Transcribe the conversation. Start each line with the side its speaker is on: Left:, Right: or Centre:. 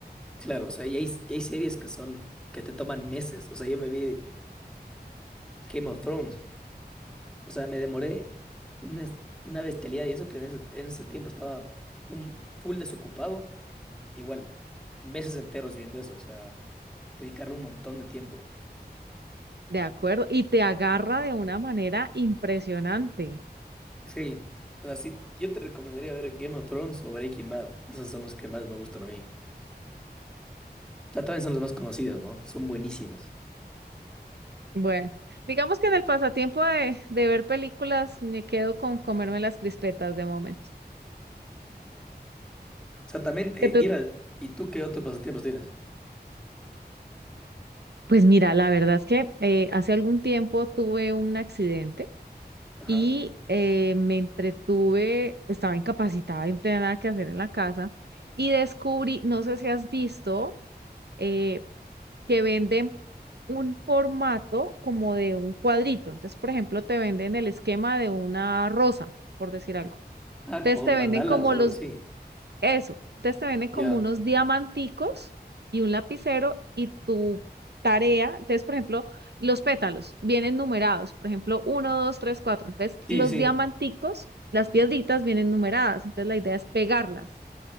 Centre: Claro, o sea, y hay, y hay series que son, que te toman meses. O sea, yo me vi Game of Thrones. O sea, me demoré una, es- una bestialidad y eso que en ese, en ese tiempo estaba un full desocupado. Igual, meses enteros viendo eso. O sea, dedicarle un montón de tiempo.
Right: De acuerdo. Y te agarra de una manera impresionante.
Centre: Sí. O sea, sí, yo te recomendaría ver Game of Thrones o Breaking Bad. Esos son los que más me gustan a mí. O sea, también son los más conocidos, ¿no? Son buenísimos.
Right: Bueno, digamos que en el pasatiempo de, de ver películas me quedo con comerme las crispetas de momento.
Centre: O sea, también eh,
Right: ¿Qué tú
Centre: ir al... ¿Y tú qué otros pasatiempos tienes?
Right: Pues mira, la verdad es que eh, hace algún tiempo tuve un accidente
Centre: Ajá.
Right: y eh, me entretuve, estaba incapacitada y no tenía nada que hacer en la casa y descubrí, no sé si has visto, eh, que venden un formato como de un cuadrito. Entonces, por ejemplo, te venden el esquema de una rosa, por decir algo.
Centre: Ah,
Right: Entonces
Centre: como
Right: te
Centre: mandalas,
Right: venden como
Centre: algo
Right: los
Centre: así.
Right: eso. Entonces te venden como
Centre: Ya.
Right: unos diamanticos y un lapicero y tu tarea. Entonces, por ejemplo, los pétalos vienen numerados. Por ejemplo, uno, dos, tres, cuatro. Entonces,
Centre: Sí,
Right: los
Centre: sí.
Right: diamanticos, las piedritas vienen numeradas. Entonces, la idea es pegarlas.